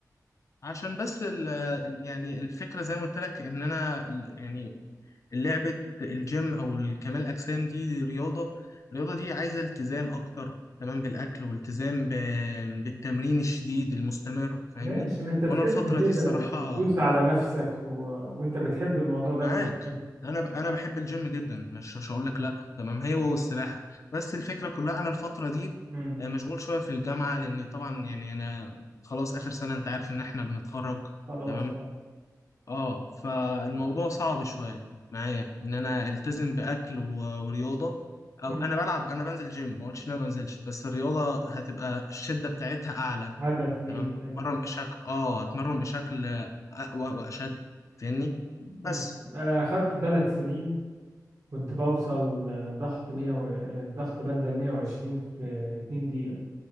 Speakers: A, on the left (about 50°); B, on the right (about 55°).
A: عشان بس ال ال- يعني الفكره زي ما قلت لك ان انا ال- يعني لعبه الجيم او الكمال الاجسام دي, دي رياضه الرياضه دي عايزه التزام اكتر تمام بالاكل والتزام ب- بالتمرين الشديد المستمر فاهمني
B: ماشي ما انت تحب
A: وانا الفتره
B: كده
A: دي الصراحه
B: يعني تدوس على نفسك و... وانت بتحب الموضوع ده
A: معاك
B: من زمان.
A: انا ب... انا بحب الجيم جدا مش مش هقول لك لا تمام هي والسباحه بس الفكره كلها انا الفتره دي
B: امم
A: آه، مشغول شويه في الجامعه لان طبعا يعني انا خلاص اخر سنه انت عارف ان احنا بنتخرج
B: خلاص
A: تمام
B: اه.
A: اه فالموضوع صعب شويه معايا ان انا التزم باكل و... ورياضه او
B: امم.
A: انا بلعب انا بنزل جيم ما قلتش ان انا ما بنزلش بس الرياضه هتبقى الشده بتاعتها اعلى
B: هدف ليك
A: تمام
B: يعني
A: هتمرن بشكل اه هتمرن بشكل آه، اقوى واشد فاهمني
B: امم.
A: بس
B: انا اخدت ثلاث سنين كنت بوصل آه، ضغط 100 و... آه، ضغط بنزل 120 في 2 دقيقة